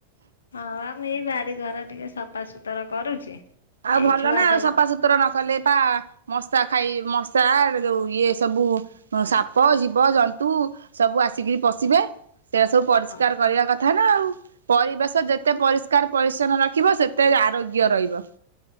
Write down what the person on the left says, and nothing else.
ହଁ ବା ମୁଁ ଏଇ ବାରିଘର ଟିକେ ସଫାସୁତୁର କରୁଛି।
ଏଇ
ଛୁଆ
ସବୁ
ହଁ